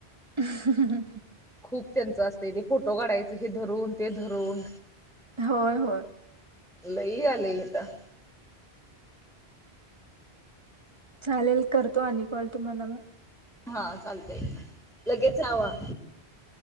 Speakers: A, on the right (about 25°); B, in the centre.
A: ह.
B: खूप त्यांच असतंय ते फोटो काढायचं हे धरून ते धरून
A: होय होय.
B: लय आलय हितं.
A: चालेल करतो आणि कॉल तुम्हाला मग
B: हा चालतंय लगेच राहावा.